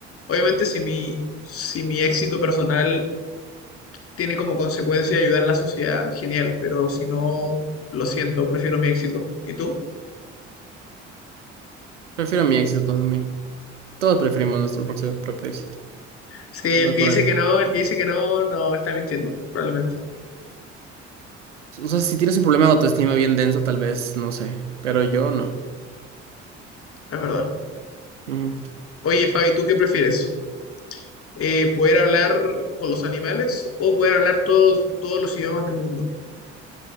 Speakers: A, on the left; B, on the right.
A: Obviamente, si mi, si mi éxito personal tiene como consecuencia ayudar a la sociedad, genial, pero si no, lo siento, prefiero mi éxito. ¿Y tú?
B: Prefiero mi éxito también. Todos preferimos nuestro propio, propio éxito.
A: Sí, el
B: Es natural.
A: que dice que no, el que dice que no, no, está mintiendo, probablemente.
B: O sea, si tienes un problema de autoestima bien denso, tal vez, no sé. Pero yo no.
A: Es verdad.
B: Mm,
A: Oye, Fabi, ¿tú qué prefieres? Eh, ¿poder hablar con los animales o poder hablar todos, todos los idiomas del mundo?